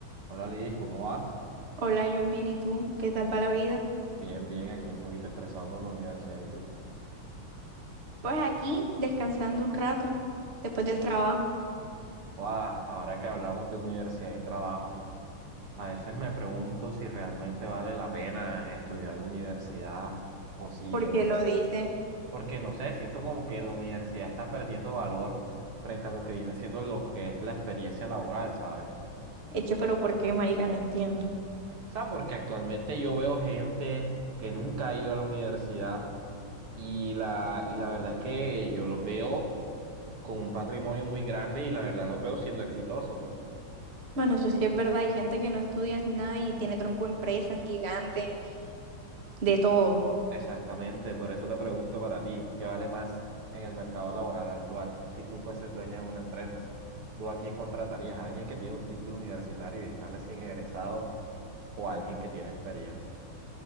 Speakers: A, on the right; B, on the right.
A: Hola Lidis, ¿cómo vas?
B: Hola, John, bien, ¿y tú? ¿Qué tal va la vida?
A: Bien, bien, aquí un poquito estresado por la universidad y tú.
B: Pues aquí, descansando un rato, después del trabajo,
A: Guau, ahora que hablamos de universidad y trabajo, a veces me pregunto si realmente vale la pena estudiar la universidad o si,
B: porque
A: en
B: lo
A: ve-
B: dice,
A: porque no sé, siento como que la universidad está perdiendo valor frente a lo que viene siendo lo que es la experiencia laboral, ¿sabes?
B: hecho, pero ¿por qué, marica? No entiendo.
A: O sea, porque actualmente yo veo gente que nunca ha ido a la universidad y la, y la verdad es que yo los veo. con un patrimonio muy grande y la verdad los veo siendo exitosos.
B: Bueno, eso sí es verdad, hay gente que no estudia nada y tiene tronco empresa gigante, de todo.
A: Exactamente, por eso te pregunto para ti, ¿qué vale más en el mercado laboral actual? Si tú fueses dueña de una empresa, ¿tú a quién contratarías? ¿A alguien que tiene un título universitario y está recién egresado o a alguien que tiene experiencia